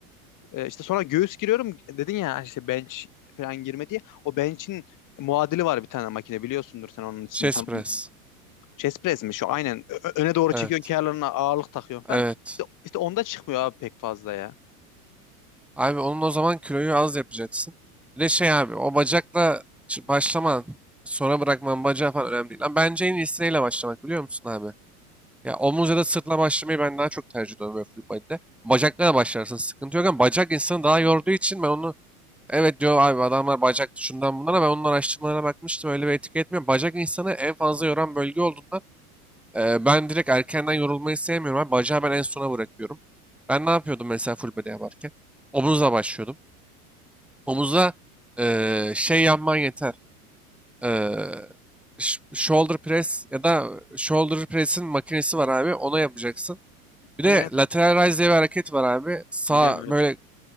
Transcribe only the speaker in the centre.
Chest
press.
Evet.
Evet.
Abi onun o zaman kiloyu az yapacaksın. Bir de şey abi o bacakla ç- başlaman, sonra bırakman bacağı falan önemli değil. Lan bence en iyisiyle başlamak biliyor musun abi? Ya omuz ya da sırtla başlamayı ben daha çok tercih ediyorum böyle full body'de. Bacakla da başlarsın sıkıntı yok ama bacak insanı daha yorduğu için ben onu evet diyor abi adamlar bacak şundan bundan ama ben onun araştırmalarına bakmıştım öyle bir etki etmiyor. Bacak insanı en fazla yoran bölge olduğundan e, ben direkt erkenden yorulmayı sevmiyorum. abi. bacağı ben en sona bırakıyorum. Ben ne yapıyordum mesela full body yaparken? Omuzla başlıyordum. Omuzla e, şey yapman yeter. E, ş- shoulder press ya da shoulder press'in makinesi var abi. Ona yapacaksın. Bir
de lateral raise diye bir hareket var abi. Sağ
böyle